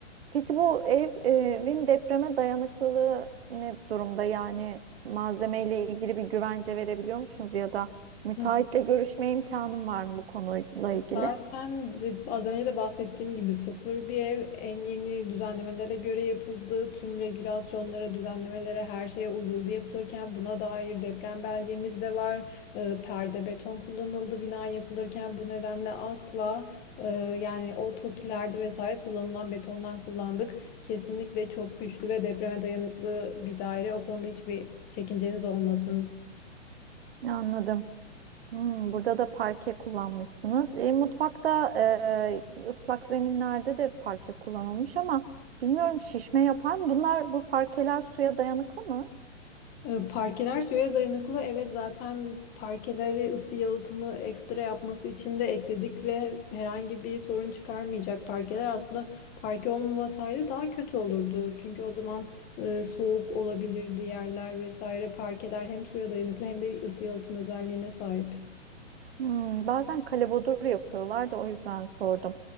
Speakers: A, on the right (about 55°); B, on the left (about 25°).
A: Peki bu ev, evin depreme dayanıklılığı ne durumda? Yani malzemeyle ilgili bir güvence verebiliyor musunuz ya da müteahhitle
B: Hı
A: görüşme imkanım var mı bu konuyla ilgili?
B: Zaten de- az önce de bahsettiğim gibi sıfır bir ev en yeni düzenlemelere göre yapıldı. Tüm regülasyonlara, düzenlemelere, her şeye uyuldu yapılırken buna dair deprem belgemiz de var. Ee, perde beton kullanıldı bina yapılırken bu nedenle asla e, yani o tokilerde vesaire kullanılan betondan kullandık. Kesinlikle çok güçlü ve depreme dayanıklı bir daire. O konuda hiçbir çekinceniz olmasın.
A: Anladım. Hmm, burada da parke kullanmışsınız. E, mutfakta e, ıslak zeminlerde de parke kullanılmış ama bilmiyorum şişme yapar mı? Bunlar bu parkeler suya dayanıklı mı?
B: E, Parkeler suya dayanıklı. Evet zaten parkeleri ısı yalıtımı ekstra yapması için de ekledik ve herhangi bir sorun çıkarmayacak. Parkeler aslında parke olmamasaydı daha kötü olurdu. Çünkü o zaman e, soğuk olabilirdi yerler vesaire. Parkeler hem suya dayanıklı hem de ısı yalıtım özelliğine sahip.
A: Hmm, bazen kalebodur yapıyorlar da o yüzden sordum.